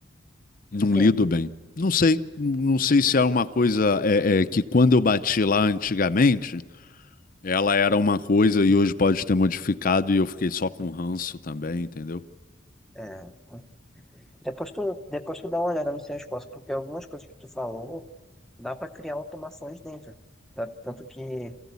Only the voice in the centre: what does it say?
Por quê?
É, Depois tu, depois tu dá uma olhada no Salesforce, porque algumas coisas que tu falou, dá para criar automações dentro. Tá- Tanto que